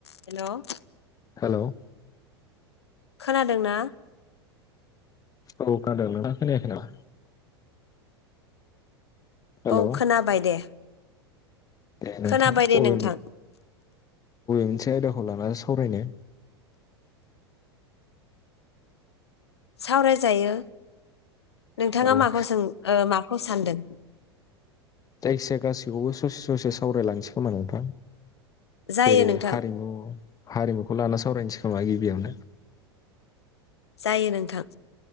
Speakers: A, on the left; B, on the left.
A: हेल'
B: hello
A: खोनादोंना?
B: ओ खोनादों। नोंथाङा खोनायाखै नामा? हेलौ
A: औ खोनाबाय दे।
B: दे नोंथां
A: खोनाबाय
B: <inaudible>
A: दे
B: बबे
A: नोंथां
B: मोनसे आयदाखौ लानानै सावरायनो
A: सावरायजायो। नोंथाङा
B: औ
A: माखौ सों मा खौ सानदों?
B: जायखिजाया गाैखौबो ससे ससे सावरायलांसै खोमा नोंथां।
A: जायो
B: जेरै
A: नोंथां
B: हारिमु हारिमुखौ लाना सावरायनोसै थाबाय गिबियावनो
A: जायो नोंथां।